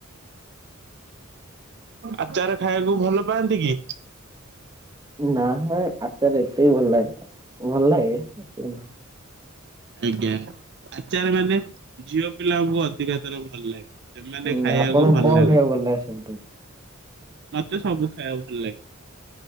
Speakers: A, on the right (about 55°); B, on the right (about 20°).
A: ଆଚାର ଖାଇବାକୁ ଭଲ ପାଆନ୍ତି କି?
B: ନାଁ ନାହିଁ ଆଚାର ଏତେ ଭଲ ଲାଗେନା, ଭଲ ଲାଗେ ଏତେ ନୁହଁ।
A: ଆଜ୍ଞା। ଆଚାର ମାନେ ଝିଅପିଲାଙ୍କୁ ଅଧିକା ଆଚାର ଭଲ ଲାଗେ। ସେମାନେ
B: ହୁଁ
A: ଖାଇବାକୁ
B: ଆପଣଙ୍କୁ
A: ଭଲ
B: କଣ
A: ଲାଗୁ
B: ଖାଇବାକୁ ଭଲ ଲାଗେ ସବୁଠୁ?
A: ମତେ ସବୁ ଖାଇବା ଭଲ ଲାଗେ।